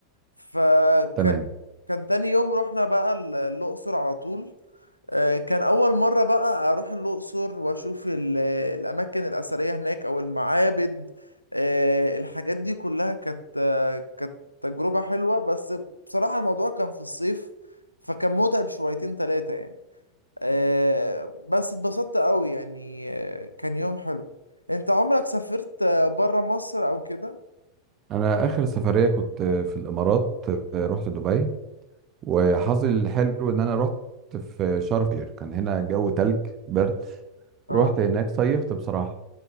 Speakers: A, on the left; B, on the right.
A: فكان
B: تمام
A: كان تاني يوم رحنا بقى ال- الأقصر على طول آه، كان أول مرة بقى أروح الأقصر وأشوف ال- الأماكن الأثرية هناك أو المعابد آه، الحاجات دي كلها كانت آه، كانت تجربة حلوة بس بصراحة الموضوع كان في الصيف فكان متعب شويتين تلاتة يعني آه، بس اتبسطت قوي يعني آه، كان يوم حلو انت عمرك سافرت بره مصر او كده
B: انا اخر سفريه كنت في الامارات آه، رحت دبي وحظي الحلو ان انا رحت في شهر فبراير كان هنا الجو تلج برد
A: اه
B: رحت هناك صيفت بصراحة